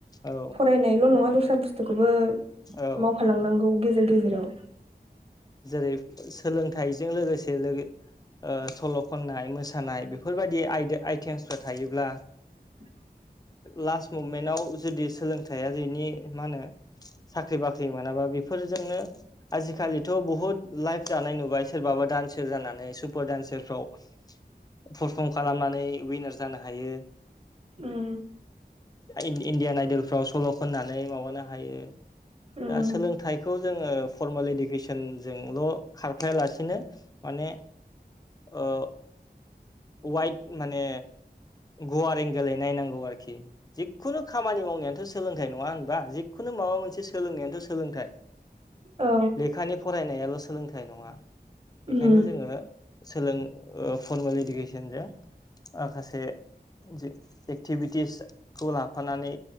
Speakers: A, on the left; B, on the right.
A: औ
B: फरायनायल' नङा दस्रा बुस्थुखौबो
A: औ
B: मावफालांनांगौ गेजेर गेजेराव
A: जेरै सोलोंथाइजों लोगोसे लोगो ओ सल' खननाय मोसानाय बेफोरबायदि आइदि आइटेमसफोरा थायोब्ला
B: <inaudible>
A: लास्ट मुभमेन्टाव जुदि सोलोंथाइया जेनि मा होनो साख्रि बाख्रि मोनाबा बेफोर फोरजोंनो आजिखालि थ' बुहुत लाइफ दानाय नुबाय सोरबाबा दान्सार जानानै सुपार दान्सारफ्राव पारफर्म खालामनानै उइनार जानो हायो
B: उम
A: इन इण्डियान आइडलफ्राव सल' खननानै माबानो हायो
B: उम
A: दा सोलोंथाइखौ जोङो फर्मेल इदुकेसन जोंल' खारफायालासिनो माने ओ वाइद माने गुवार एंगलै नायनांगौ आरोखि जिखुनु खामानि मावनायथ' सोलोंथाइ नङा होनबा जिखुनु माबा मोनसे सोलोंनायानोथ' सोलोंथाइ
B: औ
A: लेखानि फरायनायाल' सोलोंथाइ नङा बेखायनो
B: उम
A: जोङो सोलों ओ फरमेल इडुकेसनजों माखासे जि एक्टिभिटिसखौ लाफानानै